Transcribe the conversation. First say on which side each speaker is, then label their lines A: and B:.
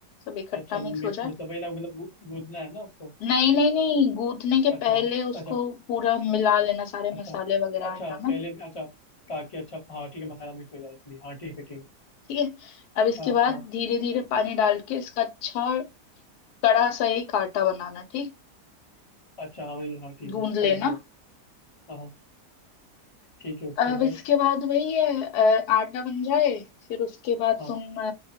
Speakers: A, on the left; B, on the left.
A: सब इकट्ठा
B: अच्छा
A: मिक्स
B: मिक्स
A: हो जाए
B: मतलब वही ना मतलब गू- गूंथना है ना उसको
A: नहीं नहीं नहीं गूथने के
B: अच्छा
A: पहले उसको
B: अच्छा
A: पूरा मिला लेना सारे
B: अच्छा
A: मसाले वगैरह
B: अच्छा
A: आटा में
B: पहले भी अच्छा ताकि अच्छा हाँ ठीक है मसाला मिक्स हो जाए इसलिए हाँ ठीक है ठीक है
A: ठीक है अब इसके
B: हाँ
A: बाद
B: हाँ
A: धीरे धीरे पानी डाल के इसका अच्छा कड़ा सा एक आटा बनाना ठीक
B: अच्छा हाँ वही हाँ ठीक
A: गूंद
B: है समझ
A: लेना
B: गया हाँ हाँ ठीक है उसके
A: अब
B: बाद
A: इसके बाद वही है अ, आटा बन जाए फिर उसके बाद
B: हाँ
A: तुम अ,